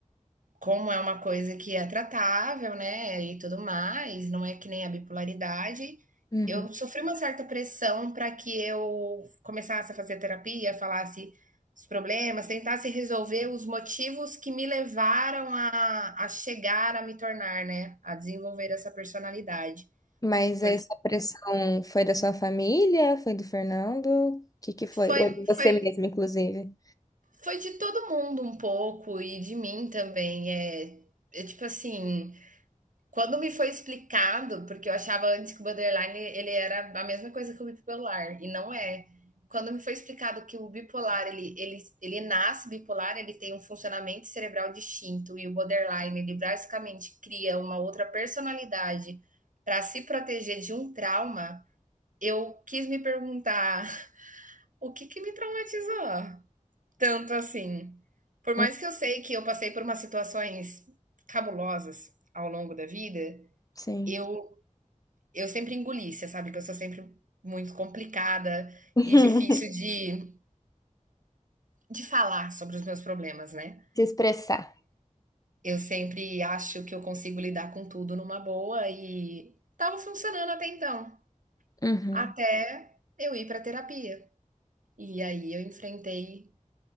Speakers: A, on the right; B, on the left.
A: como é uma coisa que é tratável, né, e tudo mais, não é que nem a bipolaridade,
B: Uhum.
A: eu sofri uma certa pressão para que eu começasse a fazer terapia, falasse os problemas, tentasse resolver os motivos que me levaram a, a chegar a me tornar, né, a desenvolver essa personalidade.
B: Mas
A: Porque
B: essa pressão foi da sua família? Foi do Fernando? O que que foi?
A: foi,
B: Ou de você
A: foi
B: mesmo, inclusive?
A: Foi de todo mundo um pouco e de mim também. É, é tipo assim, quando me foi explicado, porque eu achava antes que o borderline ele era a mesma coisa que o bipolar, e não é. Quando me foi explicado que o bipolar ele, ele, ele nasce bipolar, ele tem um funcionamento cerebral distinto, e o borderline ele basicamente cria uma outra personalidade para se proteger de um trauma, eu quis me perguntar o que, que me traumatizou? tanto assim. Por
B: Hum,
A: mais que eu sei que eu passei por umas situações cabulosas ao longo da vida,
B: Sim.
A: eu, eu sempre engoli, você sabe que eu sou sempre muito complicada
B: <laughs>
A: e difícil de, de falar sobre os meus problemas, né?
B: Se expressar.
A: Eu sempre acho que eu consigo lidar com tudo numa boa e estava funcionando até então,
B: Uhum.
A: até eu ir para terapia. E aí eu enfrentei